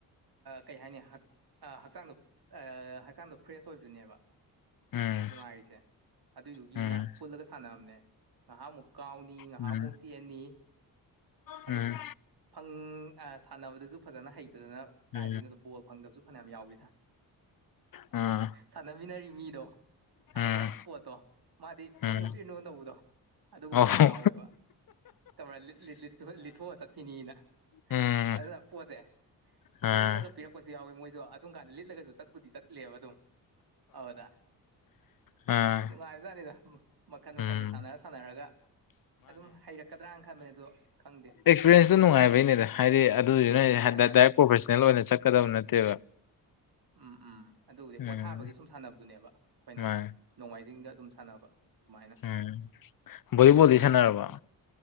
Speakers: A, on the right (about 55°); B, on the left (about 45°).
A: ꯀꯩ ꯍꯥꯏꯅꯤ ꯍꯛꯆꯥꯡꯗꯣ ꯍꯛꯆꯥꯡꯗꯣ ꯐ꯭ꯔꯦꯁ ꯑꯣꯏꯗꯨꯣꯏꯅꯦꯕ
B: ꯎꯝ
A: ꯅꯨꯡꯉꯥꯏꯔꯤꯁꯦ ꯑꯗꯨꯏꯗꯨꯒꯤꯅ
B: ꯎꯝ
A: ꯄꯨꯜꯂꯒ ꯁꯥꯟꯅꯕꯅꯦ ꯉꯥꯏꯍꯥꯛꯃꯨꯛ ꯀꯥꯎꯅꯤ ꯉꯥꯏꯍꯥꯃꯨꯛ
B: ꯎꯝ
A: ꯆꯦꯑꯅꯤ
B: ꯎꯝ
A: ꯑꯗꯨ ꯐꯪ ꯑ ꯁꯥꯟꯅꯕꯗꯁꯨ ꯐꯖꯅ ꯍꯩꯇꯗꯅ ꯀꯥꯏꯗꯅꯣꯗꯣ
B: ꯎꯝ
A: ꯕꯣꯜ ꯐꯪꯗꯕꯁꯨ ꯐꯅꯌꯥꯝ ꯌꯥꯎꯋꯤꯗ
B: ꯑ
A: ꯁꯥꯟꯅꯃꯤꯟꯅꯔꯤ ꯃꯤꯗꯣ
B: ꯎꯝ
A: ꯑꯗꯨꯅ ꯄꯣꯠꯇꯣ ꯃꯥꯗꯤ ꯄꯤꯔꯤꯨꯅꯨ
B: ꯎꯝ
A: ꯄꯤꯔꯨꯅꯨ ꯇꯧꯕꯗꯣ ꯑꯗꯨꯒꯨꯝꯕ
B: ꯑꯥ
A: ꯌꯥꯝ ꯌꯥꯎꯋꯦꯕ ꯀꯥ ꯂꯤꯠꯊꯣꯛꯑ ꯆꯠꯈꯤꯅꯤꯅ
B: ꯎꯝ
A: ꯑꯗꯨ ꯄꯣ ꯆꯩꯦ
B: ꯑꯥ
A: ꯁꯣꯏꯗꯅꯒ ꯄꯤꯔꯛꯄꯁꯨ ꯌꯥꯎꯋꯤ ꯃꯣꯏꯁꯨ ꯑꯗꯨꯝ ꯀꯥꯟꯗ ꯂꯤꯠꯂꯒꯁꯨ ꯆꯠꯄꯨꯗꯤ ꯆꯠꯂꯦꯕ ꯑꯗꯨꯝ ꯍꯥꯎꯗ
B: ꯑꯥ
A: ꯅꯨꯡꯉꯥꯏꯖꯥꯠꯅꯤꯗ ꯃꯈꯟ
B: ꯎꯝ
A: ꯃꯈꯟꯅꯤ ꯁꯥꯟꯅꯔ ꯁꯥꯟꯅꯔꯒ ꯑꯗꯨꯝ ꯍꯩꯔꯛꯀꯗ꯭ꯔꯅ ꯈꯟꯕꯅꯦ ꯑꯗꯣ ꯈꯪꯗꯦ
B: ꯑꯦꯛꯁꯄꯤꯔꯌꯦꯦꯟꯁꯇꯣ ꯅꯨꯡꯉꯥꯏꯕꯩꯅꯦꯗ ꯍꯥꯏꯗꯤ ꯑꯗꯨꯗꯨ ꯅꯗꯥꯏ
A: ꯃꯥꯅꯦ ꯃꯥꯅꯦ
B: ꯄ꯭ꯔꯣꯐꯦ ꯑꯣꯏꯅ ꯆꯠꯀꯗꯕ ꯅꯠꯇꯦꯕ
A: ꯎꯝ ꯎꯝ ꯑꯗꯨꯕꯨꯗꯤ
B: ꯎꯝ
A: ꯄꯣꯊꯥꯕꯒꯤ ꯁꯨꯝ ꯁꯥꯟꯅꯕꯗꯨꯅꯦꯕ ꯑꯩꯈꯣꯏꯅ
B: ꯃꯥꯅꯦ
A: ꯅꯣꯡꯃꯥꯏꯖꯤꯡꯗ ꯑꯗꯨꯝ ꯁꯥꯟꯅꯕ ꯑꯗꯨꯃꯥꯏꯅ
B: ꯎꯝ ꯚꯣꯂꯤꯕꯣꯜꯗꯤ ꯁꯥꯟꯅꯔꯕ